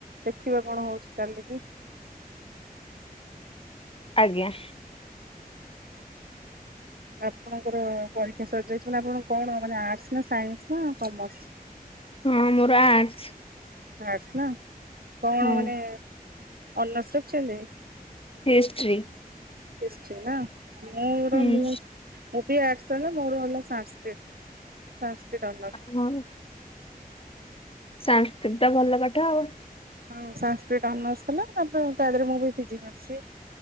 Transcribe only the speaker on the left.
ଆଜ୍ଞା।
ହଁ ମୋର ଆର୍ଟସ।
ହଁ
ହିଷ୍ଟ୍ରି।
ହୁଁ।
ଓହୋ ସାଂସ୍କ୍ରିଟ୍ ଟା ଭଲ ପାଠ ଆଉ।